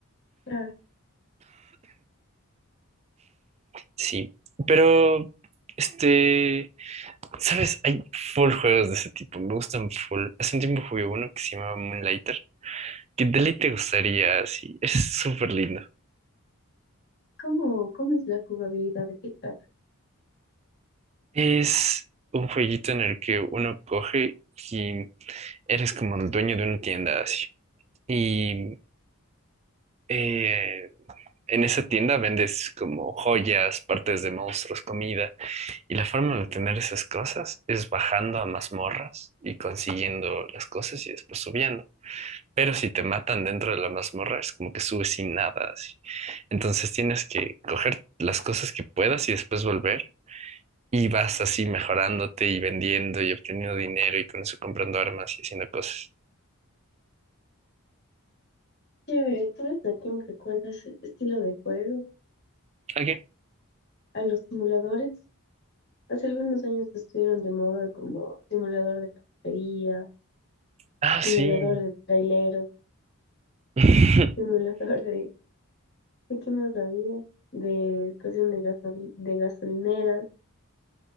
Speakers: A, on the left; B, on the right.
A: Ah,
B: Sí, pero, este, ¿sabes? Hay full juegos de ese tipo, me gustan full. Hace un tiempo jugué uno que se llamaba Moonlighter ¿Qué deli te gustaría? Sí, es súper lindo.
A: ¿cómo, cómo es la jugabilidad? ¿De qué trata?
B: Es un jueguito en el que uno coge y eres como el dueño de una tienda así. Y eh, en esa tienda vendes como joyas, partes de monstruos, comida. Y la forma de obtener esas cosas es bajando a mazmorras y consiguiendo las cosas y después subiendo. Pero si te matan dentro de la mazmorra, es como que subes sin nada así. Entonces tienes que coger las cosas que puedas y después volver y vas así mejorándote y vendiendo y obteniendo dinero y con eso comprando armas y haciendo cosas.
A: Chévere, ¿tú eres la que me recuerdas este estilo de juego?
B: ¿Ok?
A: ¿A los simuladores? Hace algunos años estuvieron de moda como simulador de cafetería,
B: Ah,
A: simulador
B: sí.
A: de trailero,
B: <laughs>
A: <laughs> simulador de... ¿De qué más había? De estación de gasoli- de gasolineras.